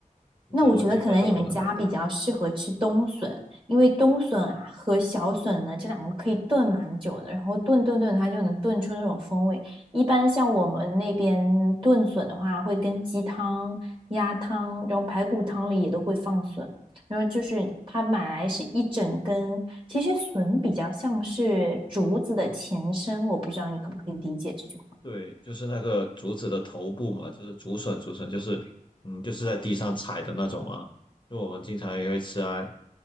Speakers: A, on the left; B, on the right.
A: 你这问题问的我很难答。
B: 那我觉得可能你们家比较适合吃冬笋，因为冬笋啊和小笋呢这两个可以炖蛮久的，然后炖炖炖它就能炖出那种风味。一般像我们那边炖笋的话，会跟鸡汤、鸭汤，然后排骨汤里也都会放笋。然后就是它买来是一整根，其实笋比较像是竹子的前身，我不知道你可不可以理解这句话。
A: 对，就是那个竹子的头部嘛，就是竹笋，竹笋就是，嗯，就是在地上采的那种嘛。就我们经常也会吃啊，比